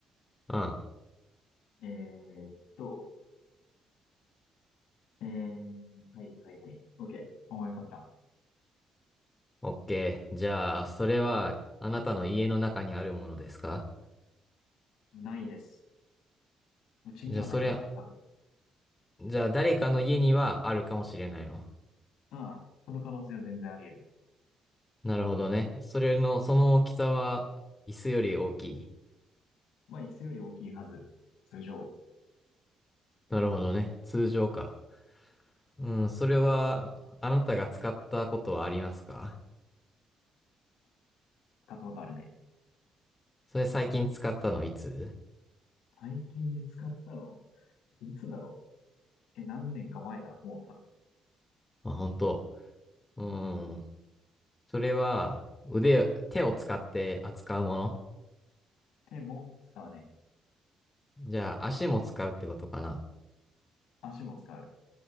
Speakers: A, on the left (about 20°); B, on the left (about 85°).
A: うん。
B: えーっと、えー、はいはいはい。OK。思い浮かべた。
A: オッケーじゃあ、それは、あなたの家の中にあるものですか
B: ないです。うちにはないかな、
A: じゃあ、それは、
B: 多分。
A: じゃあ、誰かの家にはあるかもしれないの。
B: ああ、その可能性は全然あり得る。
A: なるほどね。それの、その大きさは、椅子より大きい。
B: まあ、椅子より大きいはず。通常、
A: なるほどね。通常か。うん、それは、あなたが使ったことはありますか
B: 使ったことあるね。
A: それ最近使ったのいつ
B: 最近で使ったのいつだろうえ、何年か前だ。もう多分。
A: あ、本当。うん。
B: うん。
A: それは、腕、手を使って扱うもの
B: 手も使うね。
A: じゃあ、足も使うってことかな。
B: 足も使う。